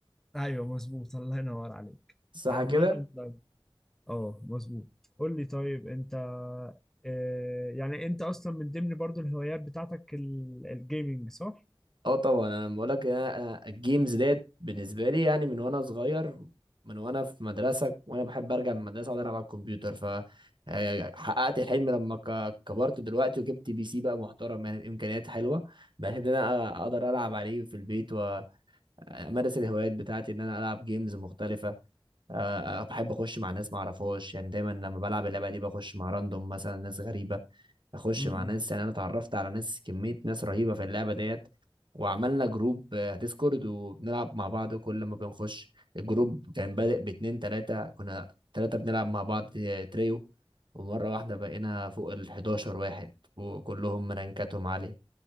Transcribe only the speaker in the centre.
ايوه مظبوط الله ينور عليك
عامه
طيب اه مظبوط قول لي طيب انت آه، يعني انت اصلا من ضمن برضه الهوايات بتاعتك ال- الجيمينج صح؟
امم